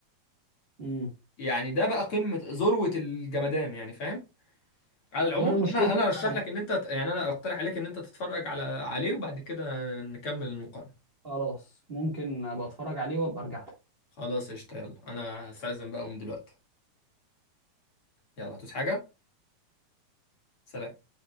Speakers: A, on the right; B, on the left.
A: امم
B: يعني ده بقى قمة ذروة الجمدان يعني فاهم على العموم
A: هو انا مشكلتي
B: انا انا
A: في
B: ارشح
A: حاجه
B: لك ان انت ت- يعني انا اقترح عليك ان انت تتفرج على عليه وبعد كده نكمل المقارنة
A: خلاص ممكن ابقى اتفرج عليه وابقى ارجع
B: خلاص قشطة يلا انا هستأذن بقى اقوم دلوقتي يلا هتوس حاجة سلام